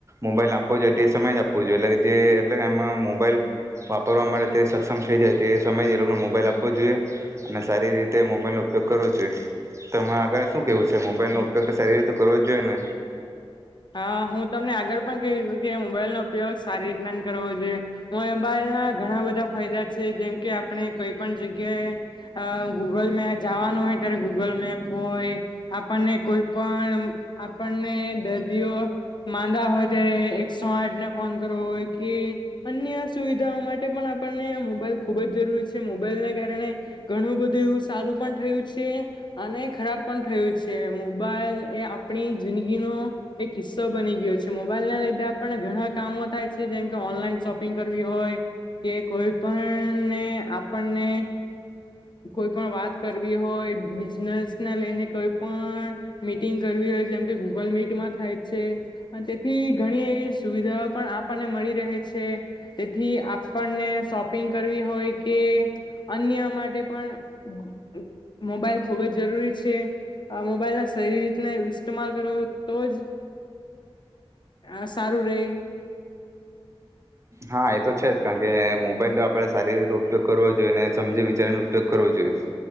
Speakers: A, on the right; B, on the left.
A: મોબાઈલ આપવો જોઈએ તે સમય જ આપવો જોઈએ એટલે કે જે એટલે એમાં મોબાઈલ વાપરવા માટે તે સ સક્ષમ થઈ જાય તો એ સમય એ લોકોને મોબાઈલ આપવો જોઈએ અને સારી રીતે મોબાઈલનો ઉપયોગ કરવો જોઈએ. તમને આગળ શું કેહેવું છે? મોબાઈલનો ઉપયોગ તો સારી રીતે કરવો જ જોઈએ ને?
B: હા હું તમને આગળ પણ કહ્યું હતું કે મોબાઈલનો ઉપયોગ સારી રીતના કરવો જોઈએ મોબાઈલ ના ઘણા બધા ફાયદા છે. જેમ કે આપણે કોઈ પણ જગ્યાએ અ ગૂગલ મે જવાનું હોય ત્યારે ગૂગલ મેપ હોય આપણને કોઈ પણ આપણને દીઓ માંદા હોય ત્યારે એકસો આઠ ને ફોન કરવો હોય કે અન્ય સુવિધાઓ માટે પણ આપણને મોબાઈલ ખુબ જ જરૂરી છે. મોબાઈલને કારણે ઘણું બધું એવું સારું પણ થયું છે અને ખરાબ પણ થયું છે. મોબાઈલ એ આપણી જિંદગીનો એક હીસ્સો બની ગયો છે. મોબાઈલ ના લીધે આપણ ઘણા કામો થાય છે. જેમકે ઓનલાઈન શોપિંગ કરવી હોય કે કોઈ પણને આપણને કોઈ પણ વાત કરવી હોય બિઝનેસને લઈને કઈ પણ મીટિંગ કરવી હોય જેમ કે ગૂગલ મીટમાં થાય છે તેથી ઘણી એવી સુવિધાઓ પણ આપણને મળી રહે છે તેથી આપણને શોપિંગ કરવી હોય કે અન્ય માટે પણ મોબાઈલ ખૂબ જ જરૂરી છે. અ મોબાઈલના સારી રીતના ઇસ્સ્ટમાલ કરો તો જ હા સારું રઇ.
A: હા એ તો છે જ, કારણ કે મોબાઈલ આપડે સારી રીતે ઉપયોગ કરવો જોઈએ અનેને સમજી વિચારીને ઉપયોગ કરવો જોઈએ.